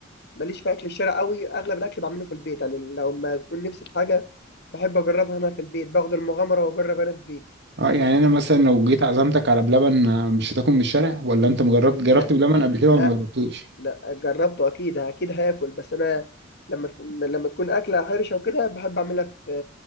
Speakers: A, on the left; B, on the right.
A: ماليش في اكل الشارع قوي اغلب الاكل بعمله في البيت يعني لو ما تكون نفسي في حاجة بحب اجربها انا في البيت باخد المغامرة واجرب انا في بيتي
B: اه يعني انا مثلا لو جيت عزمتك على بلبن آه، مش هتاكل من الشارع ولا انت مجربت جربت
A: لا
B: بلبن قبل كده
A: لا
B: ولا ما جربتوش
A: لا جربته اكيد اكيد هاكل بس انا لما تكون لما تكون اكلة حرشة وكده بحب اعملها في